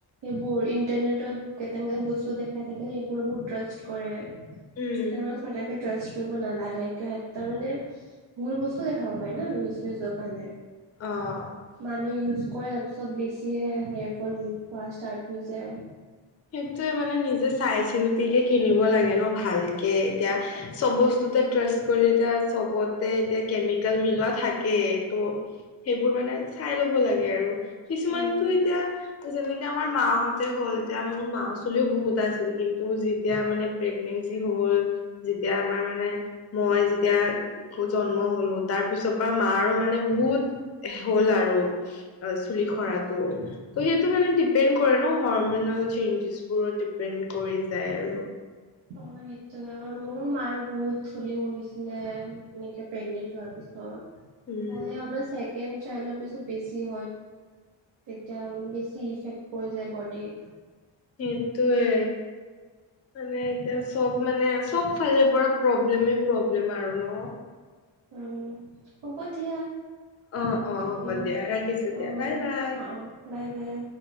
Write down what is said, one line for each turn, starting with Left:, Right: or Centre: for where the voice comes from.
Right: এইবোৰ ইণ্টাৰনেটৰ কেতেম গে বস্তু দেখাই থাকে সেইবোৰে বহুত ট্ৰাষ্ট কৰে
Left: উম
Right: একেবাৰে সচাকে ট্ৰাষ্ট কৰিব নালাগে কিয় তাৰ মানে ভুল বস্তু দেখাবা পায় না, মিছ ইউজৰ কাৰনে
Left: অ
Right: মানুহে ইউজ কৰে তাৰ পিছত বেছিহে হেয়ৰফল হোৱা ষ্টাৰ্ট হৈ যায়
Left: সেইটোয়ে মানে নিজে চাই চিন্তিহে কিনিব লাগে ন ভালকে এতিয়া চব বস্তুতে ট্ৰাষ্ট কৰি এতিয়া চবতে এতিয়া কেমিকেল মিলোৱা থাকেই ত' সেইবোৰ মানে চাই ল'ব লাগে আৰু কিছুমানটো
Right: উম
Left: এতিয়া যেনেকে আমাৰ মা হতে হ'ল এতিয়া মোৰ মা চুলিও বহুত আছিল কিন্তু যেতিয়া মানে প্ৰেগনেঞ্চি হল যেতিয়া আমাৰ মানে মই যেতিয়া জন্ম হলো তাৰ পিছৰ পৰা মাৰো মানে বহুত হ'ল আৰু অ চুলি সৰাটো ত সেইটো মানে ডিপেণ্ড কৰে ন হৰম মনল চেইঞ্জবোৰ ডিপেণ্ড কৰি যায় আৰু
Right: অ সেইটোয়ে মোৰো মাৰ বহুত চুলি হৰিছিলে মেইনকে প্ৰেগনেণ্ট হোৱাৰ পিছত
Left: উম,
Right: হয় অ মানে চেকেণ্ড চাইল্ডৰ পিছত বেছি হয় তেতিয়া অলমান বেছি ইফেক্ট পৰি যায় বডিত
Left: সেইটোয়ে মানে এতিয়া চব মানে চব ফালে পৰা প্ৰব্লেমে প্ৰব্লেম আৰু ন
Right: উম হ'ব দিয়া
Left: অ', অ',
Right: তুমি
Left: হ'ব দিয়া ৰাখিছো
Right: অ
Left: দিয়া বাই বাই।
Right: অ অ বাই বাই